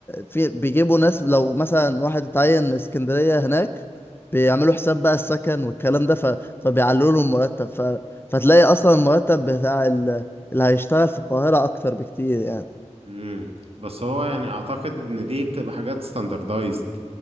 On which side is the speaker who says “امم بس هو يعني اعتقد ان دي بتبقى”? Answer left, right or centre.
Right